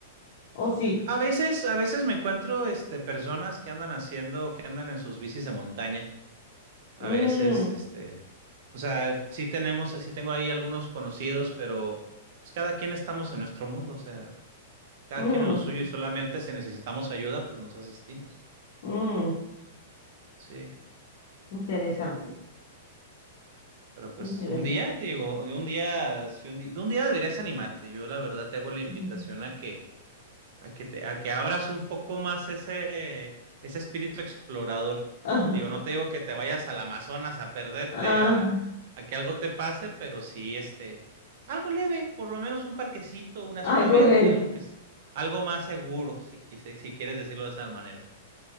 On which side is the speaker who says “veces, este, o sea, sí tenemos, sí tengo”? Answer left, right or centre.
Right